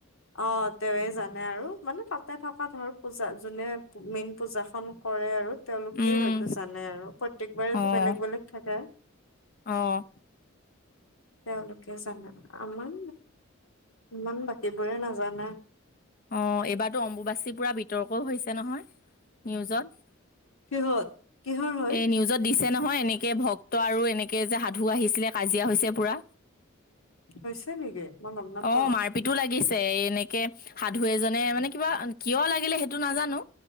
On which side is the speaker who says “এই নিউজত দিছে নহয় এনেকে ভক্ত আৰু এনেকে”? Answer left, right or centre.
Left